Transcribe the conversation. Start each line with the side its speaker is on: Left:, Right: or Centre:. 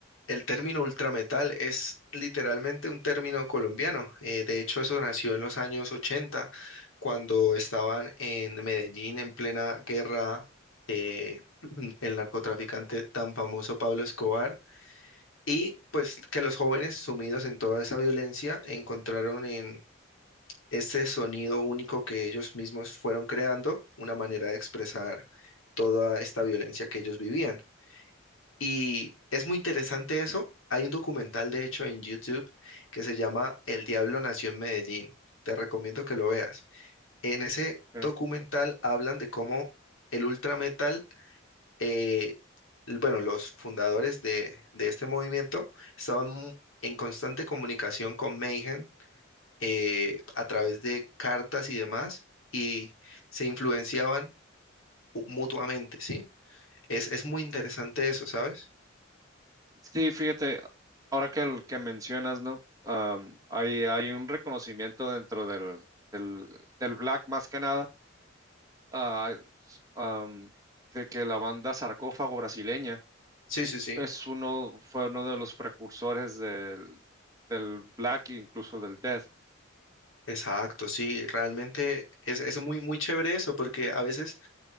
Left: El término ultrametal es literalmente un término colombiano. Eh, de hecho, eso nació en
Right: Mm,
Left: los años 80, cuando estaban en Medellín en plena guerra eh, <clears throat> el narcotraficante tan famoso Pablo Escobar. Y pues que los jóvenes sumidos en toda esa violencia encontraron en ese sonido único que ellos mismos fueron creando una manera de expresar toda esta violencia que ellos vivían. Y es muy interesante eso. Hay un documental, de hecho, en YouTube que se llama El Diablo Nació en Medellín. Te recomiendo que lo veas. En ese
Right: Ok.
Left: documental hablan de cómo el ultrametal, eh, l- bueno, los fundadores de, de este movimiento estaban mu- en constante comunicación con Mayhem eh, a través de cartas y demás y se influenciaban u- mutuamente, ¿sí? Es, es muy interesante eso, ¿sabes?
Right: Sí, fíjate, ahora que, el- que mencionas, ¿no? Am, hay, hay un reconocimiento dentro del, del, del black más que nada, ah, am, de que la banda Sarcófago brasileña
Left: Sí, sí, sí.
Right: es uno, fue uno de los precursores del, del Black e incluso del Death.
Left: Exacto, sí, realmente es, es muy, muy chévere eso, porque a veces